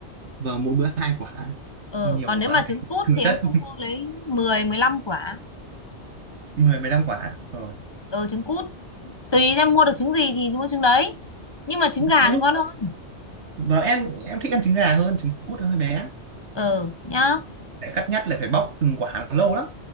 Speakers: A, on the right; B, on the left.
A: vâng mỗi bữa hai quả
B: ừ
A: không nhiều
B: còn nếu
A: quá
B: mà
A: để
B: trứng
A: <laughs>
B: cút
A: thừa
B: thì em
A: chất
B: cứ mua lấy mười mười lăm quả
A: 10 15 quả rồi
B: ừ trứng cút tùy em mua được trứng gì thì mua trứng đấy nhưng mà trứng gà
A: nói
B: thì
A: chung
B: ngon hơn
A: vợ em em thích ăn trứng gà hơn trứng cút nó hơi bé
B: ừ nhá
A: phải cắt nhắt lại phải bóc từng quả lâu lắm